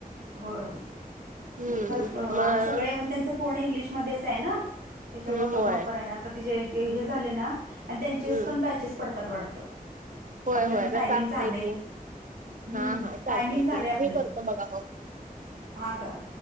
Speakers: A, on the right; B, on the right.
A: होय
B: हम्म
A: खर आणि
B: मग
A: सगळे येऊण त्यांच पर्ण इंग्लिशमध्येच आहे ना त्याच्यामुळे
B: हम्म होय.
A: प्रॉपर आहे आता त हे झाले ना आणि त्यांचेच
B: हम्म
A: पण बॅचेस पडतात वाढतं
B: होय
A: आपल्या
B: होय
A: मग
B: तसं
A: टायमिंग
B: असतंय
A: झाले.
B: की
A: हम्
B: हा हा चालतंय
A: टायमिंग झालंय
B: की
A: आपलं
B: मी करतो बघा मग.
A: हा करा.